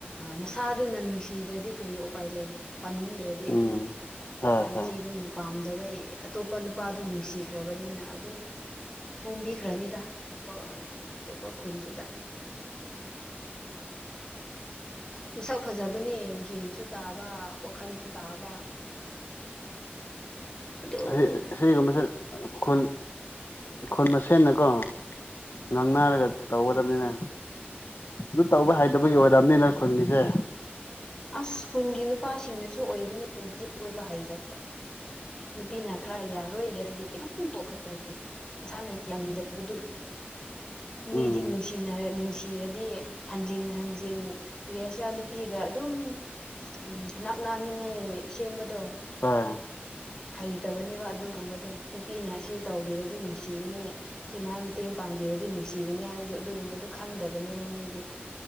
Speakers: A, on the left; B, on the left.
A: ꯃꯁꯥꯗꯨꯅ ꯅꯨꯡꯁꯤꯗ꯭ꯔꯗꯤ ꯀꯔꯤ ꯎꯄꯥꯏ ꯂꯩ ꯄꯥꯅꯤꯡꯗ꯭ꯔꯗꯤ
B: ꯎꯝ ꯍꯣꯏ
A: ꯏꯆꯦꯗꯨꯅ
B: ꯍꯣꯏ
A: ꯄꯥꯝꯗꯕ ꯑꯇꯣꯞꯄ ꯅꯨꯄꯥꯗꯨ ꯅꯨꯡꯁꯤꯈ꯭ꯔꯕꯅꯤꯅ ꯑꯗꯨꯝ ꯍꯣꯡꯕꯤꯈ꯭ꯔꯅꯤꯗ ꯑꯇꯣꯞꯄ ꯑꯇꯣꯞꯄ ꯈꯨꯟꯗꯨꯗ ꯎ ꯃꯁꯛ ꯐꯖꯕꯅꯦ ꯒꯟꯁꯨ ꯇꯥꯕ ꯋꯥꯈꯜꯁꯨ ꯇꯥꯕ ꯑꯗꯨꯝ
B: ꯑꯁꯤ ꯁꯤꯒꯨꯝ ꯃꯁꯦ ꯈꯨꯟ ꯈꯨꯟ ꯃꯁꯦꯅꯀꯣ ꯉꯥꯡꯅꯔꯒ ꯇꯧꯕ ꯕꯅꯤꯅꯦ ꯑꯗꯨ ꯇꯧꯕ ꯍꯩꯇꯕꯒꯤ ꯑꯣꯏꯔꯛꯑꯕꯅꯤꯅ ꯈꯨꯟꯒꯤꯁꯦ
A: ꯑꯁ꯭ꯀꯨꯜꯒꯤ ꯅꯨꯄꯥꯁꯤꯡꯅꯁꯨ ꯑꯣꯏꯕꯅꯤ ꯅꯨꯄꯤ ꯑꯣꯏꯕ ꯍꯩꯇꯕ ꯅꯨꯄꯤꯅ ꯈꯔ ꯌꯥꯔꯣꯏ ꯍꯥꯏꯔꯗꯤꯈ꯭ꯔ ꯃꯁꯥꯅ ꯌꯥꯅꯤꯡꯗꯗꯨ ꯃꯤꯗꯤ
B: ꯎꯝ
A: ꯅꯨꯡꯁꯤꯅꯔ ꯅꯨꯡꯁꯤꯔꯗꯤ ꯍꯟꯖꯤꯟ ꯍꯟꯖꯤꯟ ꯀ꯭ꯔꯤꯍꯁꯔꯥ ꯅꯨꯄꯤꯒ ꯑꯗꯨꯝ ꯎꯝ ꯅꯛ ꯅꯤꯡꯉꯥꯏ ꯁꯦꯝꯕꯗꯣ
B: ꯑ
A: ꯍꯩꯗꯕꯅꯤꯕ ꯑꯗꯨꯒꯨꯝꯕꯗꯨ ꯅꯨꯄꯤꯅ ꯁꯤ ꯇꯧꯕꯤꯔꯗꯤ ꯅꯨꯡꯁꯤꯒꯅꯤ ꯁꯤ ꯃꯥꯏ ꯃꯇꯦꯡ ꯄꯥꯡꯕꯤꯔꯗꯤ ꯅꯨꯡꯁꯤꯒꯅꯤ ꯍꯥꯏꯕ ꯍꯥꯏꯕꯗꯣ ꯑꯗꯨꯒꯨꯝꯕꯗꯣ ꯈꯪꯗꯕꯅꯦꯕ ꯃꯣꯏꯗꯤ